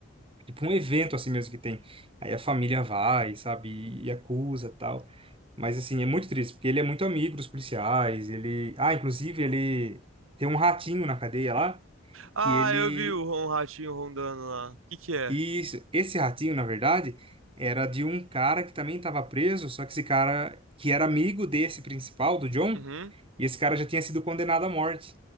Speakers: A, on the right; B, on the right.
A: Tipo um evento assim mesmo que tem. Aí a família vai, sabe, e, e acusa tal. Mas assim, é muito triste, porque ele é muito amigo dos policiais, ele... Ah, inclusive ele tem um ratinho na cadeia lá,
B: Ah,
A: que ele...
B: eu vi o, um ratinho rondando lá. O que que é?
A: Isso, esse ratinho, na verdade, era de um cara que também estava preso, só que esse cara, que era amigo desse principal, do John,
B: Uhum,
A: e esse cara já tinha sido condenado à morte.